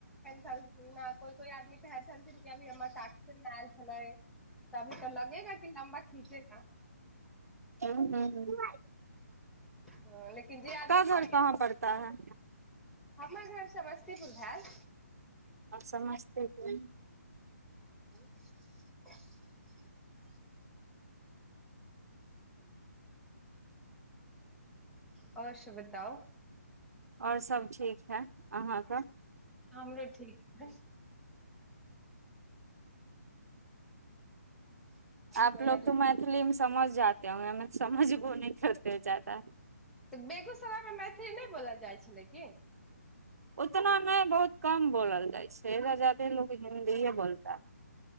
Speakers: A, in the centre; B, on the right (about 70°).
A: ख कोइ कोइ आदमी कहे छलथिन कि अभी हमर साकस मे आयल छलै तभी तऽ लगेगा की लम्बा खीचेगा
B: आ ह ह
A: ह लेकिन जे आदमी
B: घर कहाँ पड़ता है
A: हमर घर समस्तीपुर भेल
B: आओ समस्तीपुर
A: <inaudible> आओर सब बताऊ
B: आओर सब ठीक है अहाँ के
A: हमरो ठीक छै
B: आपलोग
A: कोइ आदमी
B: तो मैथिली मे समझ जाते कैमरा मेन समझबो न करते जाता
A: तऽ बेगूसरायमे मैथिली नहि बोलल जाइ छलै की
B: उतना नहि बहुत कम बोलल जाइ छै ल हिन्दी ह बोलता